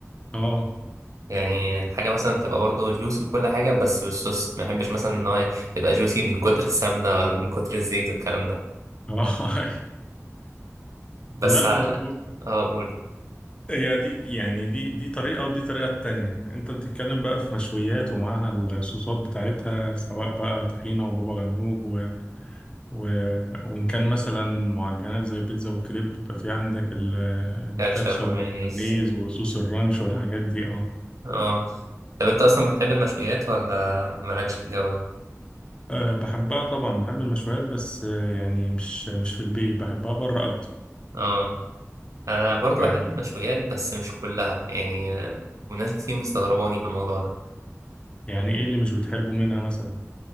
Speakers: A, on the left; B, on the right.
A: اه
B: يعني الحاجة مثلا تبقى برضه جوسي وكل حاجة بس بالصوص ما بحبش مثلا إن هو تبقى جوسي من كتر السمنة ولا من كتر الزيت والكلام ده
A: اه
B: بس
A: <laughs> لا
B: ع-
A: هو
B: اه قول
A: هي دي يعني دي دي طريقة ودي طريقة تانية أنت بتتكلم بقى في مشويات ومعاها الصوصات بتاعتها سواء بقى طحينة وبابا غنوج و... وإن كان مثلا معجنات زي بيتزا وكريب بيبقى في عندك ال...
B: كاتشب
A: الكاتشب
B: ومايونيز
A: والمايونيز وصوص الرانش والحاجات دي اه
B: اه طب انت اصلا بتحب المشويات ولا مالكش في الجو ده؟
A: آه، بحبها طبعا بحب المشويات بس آه، يعني مش مش في البيت بحبها بره أكتر
B: اه انا برضو
A: يعني
B: بحب المشويات بس مش كلها يعني آه، وناس كتير مستغرباني في الموضوع ده
A: يعني إيه اللي مش بتحبه منها مثلا